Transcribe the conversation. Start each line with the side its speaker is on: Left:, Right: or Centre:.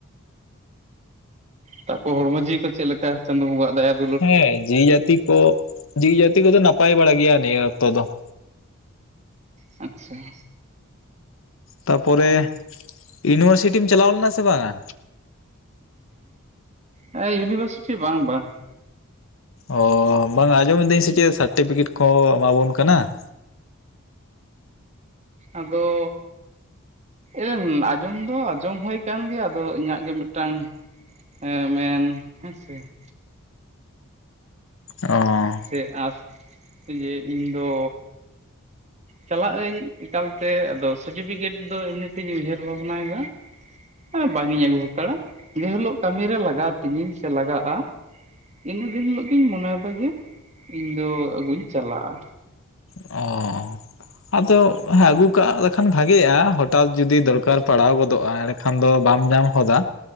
Right: ᱛᱟᱯᱚᱨ ᱦᱚᱲᱢᱚ ᱡᱤᱣᱤ ᱠᱚ ᱪᱮᱫ ᱞᱮᱠᱟ᱾ ᱪᱟᱸᱫᱚ ᱵᱚᱸᱜᱟ ᱦᱟᱸᱜ ᱫᱟᱭᱟ ᱛᱮ?
Left: ᱦᱮᱸ, ᱡᱤᱣᱤ ᱡᱟᱹᱛᱤ ᱠᱚ, ᱡᱤᱣᱤ ᱡᱟᱹᱛᱤ ᱠᱚᱼᱫᱚ ᱱᱟᱯᱟᱭ ᱵᱟᱲᱟ ᱜᱮᱭᱟ ᱾ ᱱᱤᱭᱟᱹ ᱚᱠᱛᱚ ᱫᱚ ᱾
Right: ᱟᱪᱪᱷᱟ ᱾
Left: ᱛᱟᱯᱚᱨᱮ ᱤᱭᱩᱱᱤᱵᱷᱟᱨᱥᱤᱴᱤᱢ ᱪᱟᱞᱟᱣ ᱞᱮᱱᱟ ᱥᱮ ᱵᱟᱝᱼᱟ?
Right: ᱦᱮᱸ, ᱤᱭᱩᱱᱤᱵᱷᱟᱨᱥᱤᱴᱤ ᱵᱟᱝ, ᱵᱟᱝ ᱾
Left: ᱚ, ᱵᱟᱝᱼ ᱟ ᱟᱸᱡᱚᱢᱤᱫᱟᱹᱧ ᱥᱮ ᱪᱮᱫ ᱥᱟᱨᱴᱤᱯᱷᱤᱠᱮᱴ ᱠᱚ ᱮᱢᱟᱵᱚᱱ ᱠᱟᱱᱟ ᱾
Right: ᱟᱫᱚ ᱮ ᱟᱸᱡᱚᱢ ᱫᱚ ᱟᱸᱡᱚᱢ ᱦᱩᱭ ᱟᱠᱟᱱ ᱜᱮᱭᱟ᱾ ᱟᱫᱚ ᱤᱧᱟᱹᱜ ᱜᱮ ᱢᱤᱫᱴᱟᱝ ᱡᱮᱸ, ᱢᱮᱱ ᱦᱮᱸ ᱥᱮ ᱾
Left: ᱚᱸ
Right: ᱥᱮ ᱟᱨ ᱛᱮᱜᱮ ᱤᱧ ᱫᱚ ᱪᱟᱞᱟᱜ ᱟᱹᱧ ᱮᱠᱟᱞᱛᱮ, ᱟᱫᱚ ᱥᱟᱨᱴᱤᱯᱷᱤᱠᱮᱴ ᱫᱚ ᱤᱱᱟᱛᱤᱧ ᱩᱭᱦᱟᱹᱨ ᱵᱷᱟᱵᱱᱟᱭᱮᱫᱟ᱾ ᱦᱟᱸ ᱵᱟᱝ ᱤᱧ ᱟᱹᱜᱩ ᱦᱟᱛᱟᱲᱟ ᱾ ᱡᱮ ᱦᱮᱞᱳᱜ ᱠᱟᱹᱢᱤᱨᱮ ᱞᱟᱜᱟᱣ-ᱟ᱾ ᱛᱤᱦᱤᱧ ᱥᱮ ᱞᱟᱜᱟᱜᱼᱟ᱾ ᱤᱱᱟᱹ ᱫᱤᱱ ᱦᱤᱞᱳᱜ ᱫᱩᱧ ᱢᱚᱱᱮᱭᱮᱫᱟ᱾ ᱡᱮ ᱤᱧ ᱫᱚ ᱟᱹᱜᱩᱧ ᱪᱟᱞᱟᱜᱼᱟ᱾
Left: ᱚ, ᱟᱫᱚᱸ ᱦᱮᱸ ᱟᱹᱜᱩ ᱠᱟᱜ ᱞᱮᱠᱷᱟᱱ ᱵᱷᱟᱜᱮᱜᱼᱟ ᱦᱚᱴᱟᱛ ᱡᱩᱫᱤ ᱫᱚᱨᱠᱟᱨ ᱯᱟᱲᱟᱣ ᱜᱚᱫᱚᱜᱼᱟ ᱮᱲᱮ, ᱠᱷᱟᱱ ᱫᱚ ᱵᱟᱢ ᱧᱟᱢ ᱦᱚᱫᱟ᱾